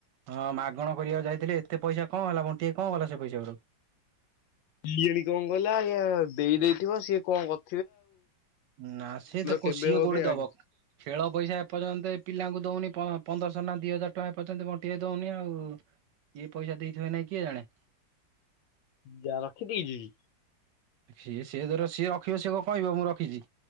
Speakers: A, on the right (about 70°); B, on the left (about 80°).
A: ହଁ ମାଗଣ କରିବାକୁ ଯାଇଥିଲେ ଏତେ ପଇସା କଣ ହେଲା ବଣ୍ଟି ଭାଇ କଣ କଲା ସେ ପଇସା ଗୁରାକୁ?
B: ସିଏ ବି କଣ କଲା ଇୟ ଦେଇଦେଇଥିବ ସିଏ କଣ କ
A: ନା ସିଏ ତ କୋ-ସିଏ
B: କେବେ ହବ
A: କୋଉଠି
B: କେଜାଣି।
A: ଦବ? ଖେଳ ପଇସା ଏ ପର୍ଯ୍ୟନ୍ତ ଏ ପିଲାଙ୍କୁ ଦଉନି ପଅଁ-ପନ୍ଦରଶହ ନା ଦି ହଜାର ଟଙ୍କା ଏ ପର୍ଯ୍ୟନ୍ତ ବଣ୍ଟି ଭାଇ ଦଉନି ଆଉ। ଇଏ ପଇସା ଦେଇଥିବ ନାଇଁ କିଏ ଜାଣେ?
B: ଯା ରଖିଦେଇଚିକି?
A: ସିଏ ସେ ତାର ସିଏ ରଖିବ ସିଏ କଣ କହିବ ମୁଁ ରଖିଚି।